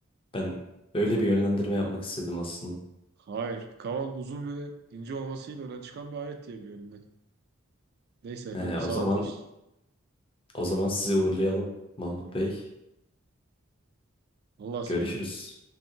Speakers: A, on the left; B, on the right.
A: Ben öyle bir yönlendirme yapmak istedim aslında.
B: Hayır. Kaval uzun ve ince olmasıyla öne çıkan bir alet diye biliyorum ben. Neyse efendim,
A: He, o
B: sağlık
A: zaman
B: olsun.
A: o zaman sizi uğurlayalım Mahmut Bey.
B: Allah'a ısmarladık.
A: Görüşürüz.